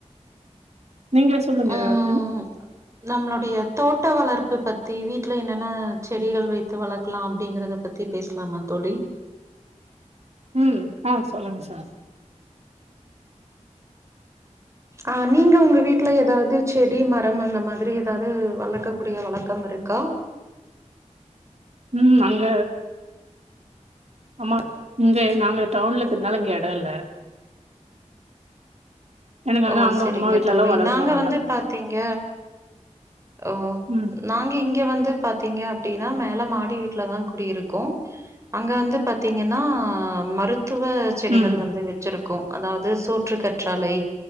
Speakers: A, on the right; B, on the right.
A: நீங்களே சொல்லுங்க
B: ம்
A: ஏதாது
B: நம்மளுடைய தோட்ட வளர்ப்பு பத்தி வீட்டுல என்னென்ன செடிகள் வைத்து வளக்கலா அப்டிங்கறத பத்தி பேசலாமா தோழி
A: ம் ஆ சொல்லுங்க சார்
B: ஆ நீங்க உங்க வீட்ல எதாவது செடி மரம் அந்த மாதிரி ஏதாவது வளர்க்கக்கூடிய வழக்கம் இருக்கா
A: ம் அங்க ஆமாங் இங்க நாங்க டவுன்ல இக்கறதனால இங்க எட இல்ல எனக்கு ஆனா
B: ஓ
A: அங்க
B: சரிங்க
A: அம்மா வீட்லல்லா
B: தோழி
A: வளர்ப்போ
B: நாங்க
A: நல்லா.
B: வந்து பாத்தீங்க ஓ
A: ம்
B: நாங்க இங்க வந்து பாத்தீங்க அப்டின்னா மேல மாடி வீட்டுலதா குடியிருக்கோ அங்க வந்து பாத்தீங்கன்னா மருத்துவ செடிகள்
A: ம்
B: வந்து வச்சிருக்கோ அதாவது சோற்று கற்றாழை